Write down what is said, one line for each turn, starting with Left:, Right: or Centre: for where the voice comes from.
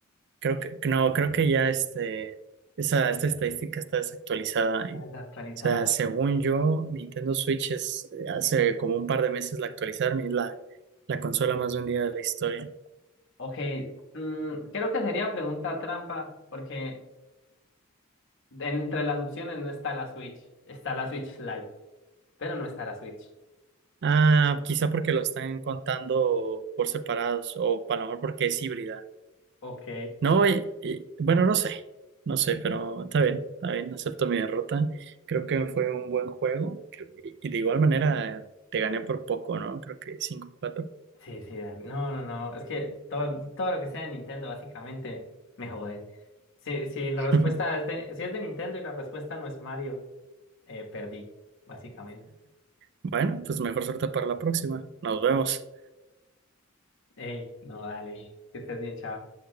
Right: Creo que, no, creo que ya este, esa, esta estadística está desactualizada. ¿eh?
Left: La desactualizada.
Right: O sea, según yo, Nintendo Switch es, eh, hace como un par de meses la actualizaron y es la, la consola más vendida de la historia.
Left: Ok, mm, creo que sería pregunta trampa, porque entre las opciones no está la Switch, está la Switch Lite, pero no está la Switch.
Right: Ah, quizá porque lo están contando por separados o a lo mejor porque es híbrida.
Left: Ok.
Right: No, eh, eh, bueno, no sé, no sé, pero está bien, está bien, acepto mi derrota. Creo que fue un buen juego creo- y y de igual manera te gané por poco, ¿no? Creo que cinco cuatro.
Left: Sí, sí, dale. No, no, no. Es que todo, todo lo que sea de Nintendo básicamente me jode. Si, si
Right: <laughs>
Left: la respuesta es de, si es de Nintendo y la respuesta no es Mario, eh, perdí, básicamente.
Right: Bueno, pues mejor suerte para la próxima. Nos vemos.
Left: Ey, no, dale. Que estés bien, chaval.